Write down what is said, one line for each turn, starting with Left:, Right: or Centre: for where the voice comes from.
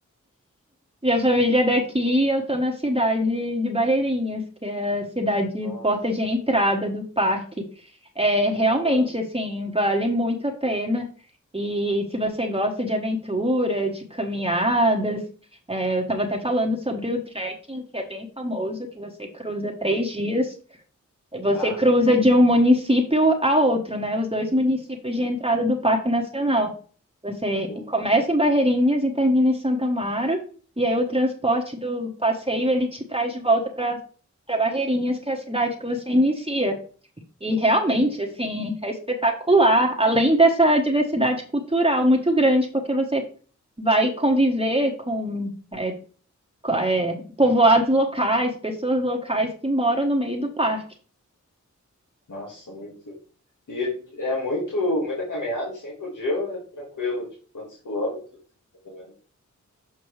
Right: Minha família é daqui, eu tô na cidade de Barreirinhas, que é a cidade
Left: Nossa,
Right: porta de entrada do parque. É realmente
Left: aham.
Right: assim, vale muito a pena. E se você gosta de aventura, de caminhadas, é, eu estava até falando sobre o trekking, que é bem famoso, que você cruza três dias você
Left: Bah,
Right: cruza de um município a outro, né? Os dois municípios de entrada do Parque Nacional. Você
Left: sim.
Right: começa em Barreirinhas e termina em Santo Amaro, e aí o transporte do passeio ele te traz de volta para para Barreirinhas, que é a cidade que você inicia. E realmente,
Left: Uhum.
Right: assim, é espetacular, além dessa diversidade cultural muito grande, porque você vai conviver com é, co- é, povoados locais, pessoas locais que moram no meio do parque.
Left: Nossa, muito. E é muito, muita caminhada, assim, por dia ou é tranquilo? Tipo, quantos quilômetros, mais ou menos?